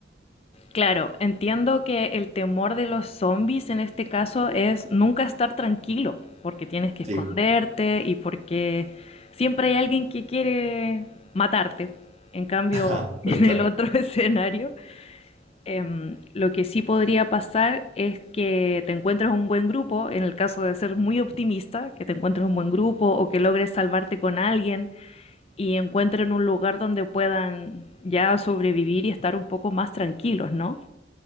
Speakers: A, on the left; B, on the right.
A: Claro, entiendo que el temor de los zombies en este caso es nunca estar tranquilo, porque tienes que
B: Sí,
A: esconderte y porque siempre hay alguien que quiere matarte. En cambio,
B: <laughs> ajá,
A: <laughs>
B: pues
A: en
B: está.
A: el otro <laughs> escenario, em, lo que sí podría pasar es que te encuentres un buen grupo, en el caso de ser muy optimista, que te encuentres un buen grupo o que logres salvarte con alguien y encuentren un lugar donde puedan ya sobrevivir y estar un poco más tranquilos, ¿no?